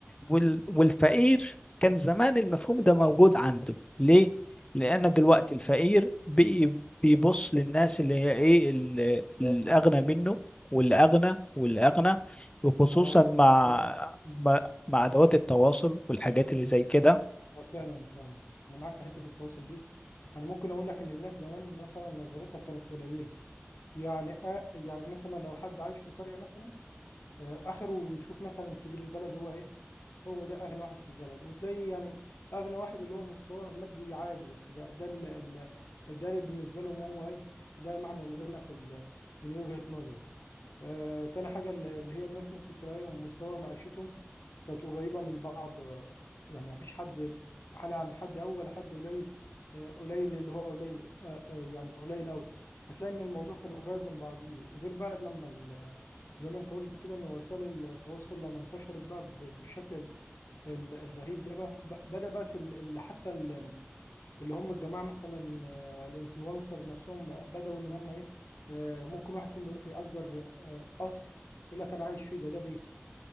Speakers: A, on the left; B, on the left.
A: وال- والفقير كان زمان المفهوم ده موجود عنده ليه لان دلوقتي الفقير بي بيبص للناس اللي هي ايه ال- الاغنى منه والاغنى والاغنى وخصوصا
B: اه
A: مع
B: اه أمم.
A: مع مع ادوات التواصل والحاجات اللي زي كده
B: آه، فعلا فعلا انا معاك في حته التواصل دي انا ممكن اقول لك ان الناس زمان مثلا نظرتها كانت قليله يعني آه يعني مثلا لو حد عايش في قرية مثلا آه آخره يشوف مثلا كبير البلد هو إيه هو ده أغنى واحد في البلد وتلاقي يعني أغنى واحد اللي هو مستواه مادي عادي بس ده ده ال- ال- ده اللي بالنسبة لهم هو إيه ده معنى الغنى في ال- من وجهة نظره آه، تاني حاجة اللي هي الناس ممكن تلاقيهم مستوى معيشتهم كانت قريبة من بعض آه، يعني ما فيش حد حالة عن حد أول ولا حد قليل آه، قليل اللي هو قليل آه، آه، يعني قليل أوي فتلاقي إن الموضوع كان قريب من بعضيه غير بقى لما ال- زي ما أنت قلت كده إن وسائل التواصل لما انتشرت بقى ب- بالشكل ال- ال- الغريب ده بقى ب- بدأ بقى ال- ال- حتى ال- اللي هم الجماعه مثلا آه، الانفلونسر نفسهم ب- بداوا ان هم ايه آه، ممكن واحد فيهم يروح يأجر آه، قصر يقول لك انا عايش فيه ده ده بيتي